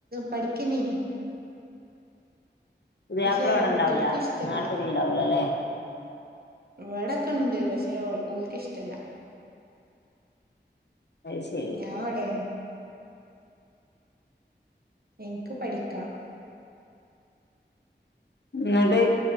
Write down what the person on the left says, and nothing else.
പുതിയയാപ്പിള
ഇവടെ
ഉണ്ടാവുല
നാട്ട്ല് ഉണ്ടാവൂല ലെ
അത് ശരി
ന്നട്ട്